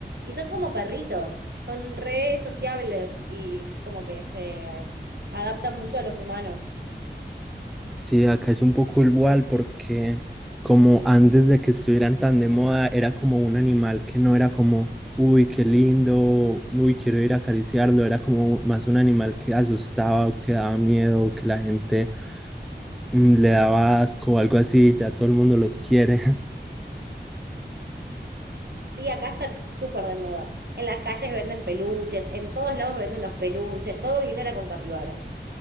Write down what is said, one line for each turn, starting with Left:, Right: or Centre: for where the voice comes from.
Right: Y son como perritos, son re sociables y es como que se adaptan mucho a los humanos.
Centre: Sí, acá es un poco igual porque como antes de que estuvieran tan de moda, era como un animal que no era como, uy, qué lindo, uy, quiero ir a acariciarlo, era como más un animal que asustaba o que daba miedo, o que la gente mm, le daba asco o algo así, ya todo el mundo los quiere. <laughs>
Right: Y acá están súper de moda. En las calles venden peluches, en todos lados venden los peluches, todo dinero con capibaras.